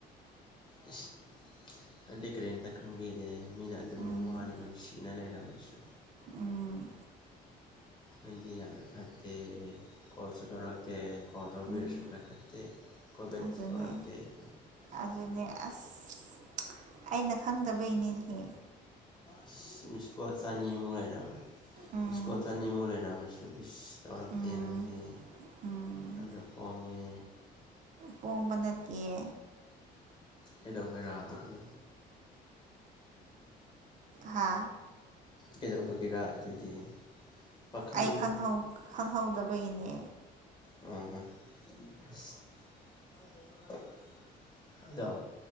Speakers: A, on the left (about 25°); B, on the right (about 50°).
A: ꯑꯁ ꯎꯝ <unintelligible> ꯅꯪꯗꯤ ꯀꯔꯤꯝꯇ ꯈꯪꯕꯤꯗꯦ ꯃꯤꯅ ꯑꯗꯨꯝ
B: ꯎꯝ
A: ꯋꯥꯅ ꯅꯨꯡꯁꯤꯅ ꯂꯩꯔꯝꯃꯁꯨ
B: ꯎꯝ
A: ꯅꯪꯗꯤ ꯌꯥꯝꯅ ꯐꯠꯇꯦ ꯀꯣꯜꯁꯨ ꯇꯧꯔꯛꯇꯦ ꯀꯣꯜ ꯇꯧꯕꯤꯔꯁꯨ
B: ꯎꯝ
A: ꯄꯥꯏꯈꯠꯇꯦ ꯀꯣꯜ ꯕꯦꯛꯁꯨ
B: ꯑꯗꯨꯅꯦ
A: ꯇꯧꯔꯛꯇꯦ <unintelligible>
B: ꯑꯗꯨꯅꯦ ꯑꯁ ꯑꯩꯅ ꯈꯪꯗꯕꯩꯅꯤꯅꯦꯍꯦ
A: ꯏꯁ ꯃꯤꯁꯀꫭꯜ ꯆꯅꯤꯃꯨꯛ ꯂꯩꯔꯝꯃꯦ
B: ꯎꯝ
A: ꯃꯤꯁꯀꫭꯜ ꯆꯅꯤꯃꯨꯛ ꯂꯩꯔꯝꯃꯁꯨ ꯏꯁ ꯇꯧꯔꯛꯇꯦ
B: ꯎꯝ
A: ꯅꯪꯗꯤ
B: ꯎꯝ
A: ꯌꯥꯝꯅ ꯄꯣꯡꯉꯦ
B: ꯄꯣꯡꯕ ꯅꯠꯇꯤꯌꯦ
A: ꯀꯩꯗꯧꯕꯩꯔ ꯑꯗꯨꯗꯤ
B: ꯍꯥ
A: ꯀꯩꯗꯧꯕꯒꯤꯔꯥ ꯑꯗꯨꯗꯤ ꯄꯥꯈꯪ
B: ꯑꯩ ꯈꯪꯍꯧ ꯈꯪꯍꯧꯗꯕꯩꯅꯦ
A: ꯑꯣꯑꯣ ꯑꯁ <unintelligible> ꯑꯗꯣ